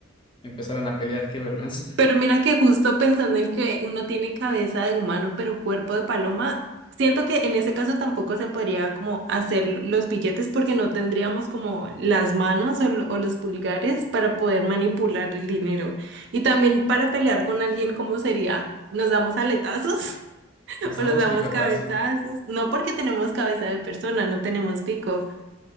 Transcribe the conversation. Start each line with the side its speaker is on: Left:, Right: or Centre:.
Left: empezaran a pelear, qué vergüenza.
Right: Pero mira que justo pensando en que uno tiene cabeza de humano, pero cuerpo de paloma, siento que en ese caso tampoco se podría como hacer los billetes porque no tendríamos como las manos o, lo- o los pulgares para poder manipular el dinero. Y también para pelear con alguien, ¿cómo sería? ¿Nos damos aletazos?
Left: <laughs> Nos
Right: O
Left: damos
Right: nos damos
Left: picotazos.
Right: cabezazos. No porque tenemos cabeza de persona, no tenemos pico.